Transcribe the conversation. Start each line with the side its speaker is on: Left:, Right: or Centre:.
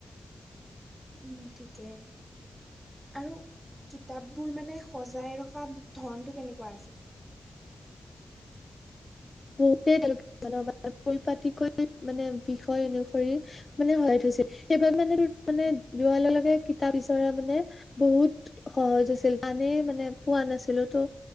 Right: উম ঠিকেই আৰু কিতাপ বোৰ মানে সজাই ৰখা ধৰনতটো কেনেকুৱা আছিল
Left: বহুতে তেওঁলোকে পৰিপাটিকৈ মানে বিষয় অনুসৰি মানে হয়াই থৈছিল সেইবাৰ মানে মানে যোৱাৰ লগে লগে কিতাপ বিচৰা মানে বহুত সহজ আছিল জানেই মানে পোৱা নাছিলো ত'